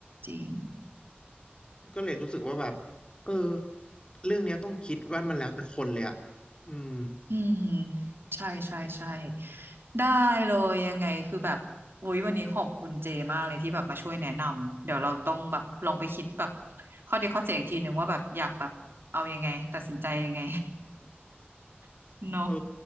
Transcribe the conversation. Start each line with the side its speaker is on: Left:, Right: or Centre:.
Right: จริง
Left: ก็เลยรู้สึกว่าแบบเออเรื่องเนี้ยต้องคิดว่ามันแล้วแต่คนเลยอ่ะอืม
Right: อืมใช่ใช่ใช่ได้เลยยังไงคือแบบอุ๊ยวันนี้ขอบคุณเจมากเลยที่แบบมาช่วยแนะนำเดี๋ยวเราต้องแบบลองไปคิดแบบข้อดีข้อเสียอีกทีหนึ่งว่าแบบอยากแบบเอายังไงตัดสินใจยังไง <laughs> เนาะ
Left: เออ